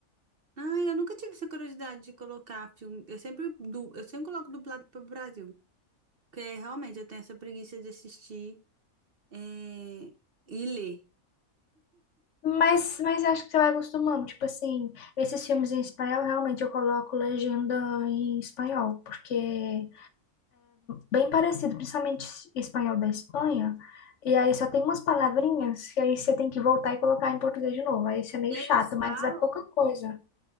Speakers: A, on the right; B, on the left.
A: Ai, eu nunca tive essa curiosidade de colocar filme. Eu sempre, du... eu sempre coloco dublado pro Brasil. Porque realmente eu tenho essa preguiça de assistir é, e ler.
B: Mas, mas eu acho que você vai acostumando. Tipo assim, esses filmes em espanhol, realmente eu coloco legenda em espanhol, porque bem parecido, principalmente espanhol da Espanha. E aí só tem umas palavrinhas que aí você tem que voltar e colocar em português de novo. Aí isso é meio
A: Eles
B: chato, mas
A: falam.
B: é pouca coisa.